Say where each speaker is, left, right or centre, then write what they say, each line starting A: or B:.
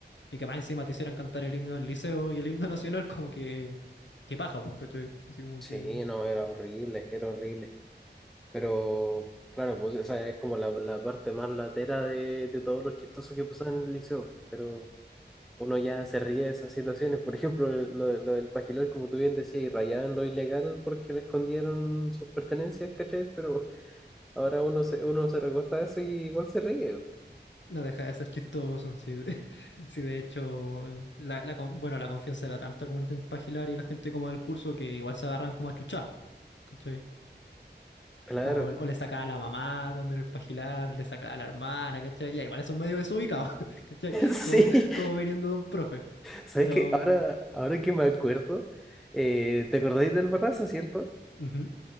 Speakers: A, on the left; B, in the centre.
A: y que más encima te hicieran cantar el himno del liceo y el himno <laughs> nacional como que, qué paja, pues, ¿cachai? Así como
B: Sí,
A: que...
B: no, era horrible, era horrible. Pero claro, pues esa es como la, la parte más latera de, de todo lo chistoso que pasaba en el liceo, pero... uno ya se ríe de esas situaciones. Por ejemplo, lo, lo del Pajilar, como tú bien decías, y rayaban lo ilegal porque le escondieron sus pertenencias, ¿cachai? Pero ahora uno se, uno se recuerda eso y igual se ríe.
A: No deja de ser chistoso, si de, <laughs> si de hecho, la, la con- bueno, la confianza era tanta como entre Pagilar y la gente como del curso que igual se agarran como a chuchar, ¿cachai?
B: Claro.
A: O, o le sacaba a la mamá también el Pagilar, le sacaba a la hermana, ¿cachai? Ya igual son medio desubicados, <laughs> ¿cachai?
B: <laughs>
A: Como,
B: Sí.
A: como viniendo de un profe,
B: ¿Sabes
A: pero...
B: qué? Ahora, ahora que me acuerdo, eh, ¿te acordáis del Barraza, cierto?
A: ujú.